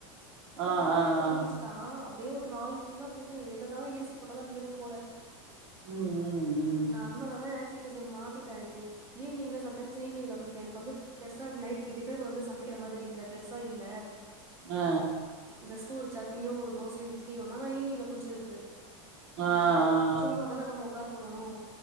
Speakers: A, on the right (about 15°); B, on the right (about 75°).
A: இப்ப
B: ஆ
A: காலையில
B: ஆ ஆ
A: குளிச் சா அப்டியே ஒரு நாள் ஃபுல்லா போது என்னதா ஏசி போட்டாலு நெருப்பு போல
B: ம் ம் ம்
A: நா அதனால தா ஆக்டிவிட்டிஸ்ஸ மாத்திட்ட இப்பே ஈவினிங்ல சம் டைம்ஸ் ஈவினிங்ல குளிப்பே எனக்கு வந்து பெருசா நைட்டுக்கு டின்னர் வந்து சமைக்கிற மாதிரி இல்ல பெருசா இல்ல
B: ஆ
A: ஜஸ்ட் ஒரு சட்னியோ ஒரு தோச இட்லியோ நா ஈவினிங்ல குளிச்சிறது
B: ஆ ஆ
A: சும்மா தான நாம உட்கார போறோ